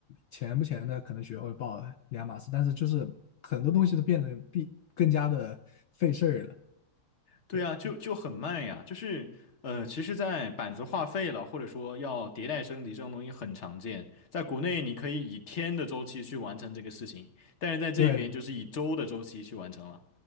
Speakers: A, on the left (about 80°); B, on the left (about 45°).
A: 钱不钱的，可能学会报了两码事，但是就是很多东西都变得比更加的费事儿了。
B: 对呀，
A: 对
B: 就就很慢呀，就是呃，其实，在板子画废了，或者说要迭代升级这种东西很常见，在国内你可以以天的周期去完成这个事情，但是在这边就是以周的周期去完成了。
A: 对，